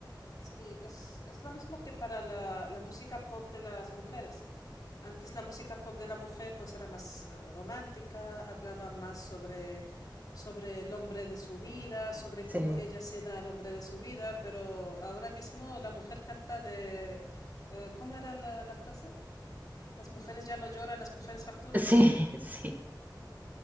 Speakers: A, on the left; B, on the right.
A: sí, es, es lo mismo que para la, la música pop de las mujeres. Antes la música pop de la mujer pues era más eh, romántica, hablaba más sobre, sobre el hombre de su vida, sobre cómo
B: Sí,
A: ella se da al hombre de su vida, pero ahora mismo la mujer canta de... eh, ¿cómo era la, la frase? ¿Las mujeres ya no lloran, las mujeres facturan?
B: sí, <laughs> sí.